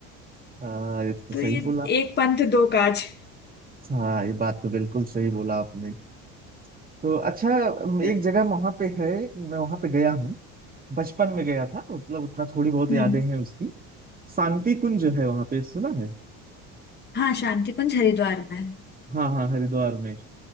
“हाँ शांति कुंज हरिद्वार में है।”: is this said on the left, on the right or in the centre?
Left